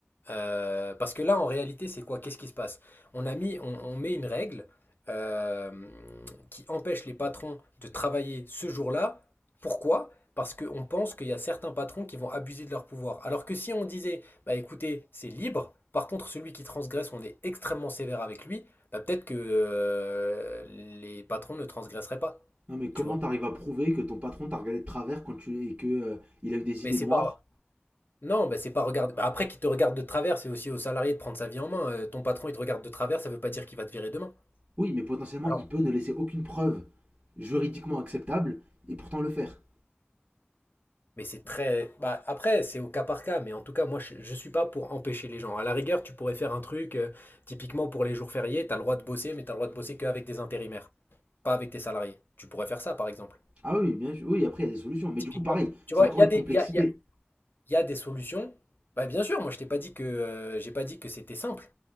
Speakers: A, on the left (about 50°); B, on the right (about 30°).
A: euh, parce que là, en réalité, c'est quoi? Qu'est-ce qui se passe? On a mis, on, on met une règle euh, qui empêche les patrons de travailler ce jour-là. Pourquoi? Parce qu'on pense qu'il y a certains patrons qui vont abuser de leur pouvoir. Alors que si on disait, bah écoutez, c'est libre, par contre, celui qui transgresse, on est extrêmement sévère avec lui, bah peut-être que euh, les patrons ne transgresseraient pas.
B: Non, mais comment
A: Tu vois?
B: t'arrives à prouver que ton patron t'a regardé de travers quand tu et que euh, il a eu des
A: Mais
B: idées
A: c'est
B: noires
A: pas, Non, bah, c'est pas regarder. bah, après, qu'il te regarde de travers, c'est aussi au salarié de prendre sa vie en main. Euh, ton patron, il te regarde de travers, ça veut pas dire qu'il va te virer demain.
B: Oui, mais potentiellement,
A: Alors,
B: il peut ne laisser aucune preuve juridiquement acceptable et pourtant le faire.
A: mais c'est très. Bah, après, c'est au cas par cas, mais en tout cas, moi, je, je suis pas pour empêcher les gens. À la rigueur, tu pourrais faire un truc, euh, typiquement pour les jours fériés, t'as le droit de bosser, mais t'as le droit de bosser qu'avec des intérimaires, pas avec tes salariés. Tu pourrais faire ça, par exemple.
B: Ah oui, bien sûr. Oui, après, il y a des solutions. Mais
A: Typiquement.
B: du coup, pareil,
A: Tu
B: c'est
A: vois,
B: encore
A: il y a
B: une
A: des,
B: complexité.
A: il y a, il y a- il y a des solutions. Bah, bien sûr, moi, je t'ai pas dit que, euh, j'ai pas dit que c'était simple.